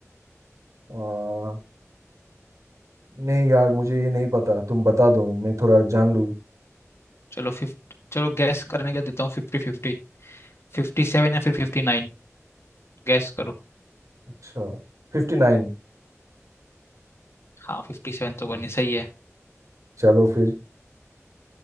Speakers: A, on the right (about 80°); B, on the left (about 55°).
A: आ, नहीं यार मुझे ये नहीं पता तुम बता दो मैं थोड़ा जान लूँ
B: चलो फिफ्ट चलो गैस करने का देता हूँ फिफ्टी फिफ्टी फिफ्टी सेवन या फिर फिफ्टी नाइन गैस करो
A: अच्छा फिफ्टी नाइन
B: हाँ फिफ्टी सेवन तो करनी सही है
A: चलो फिर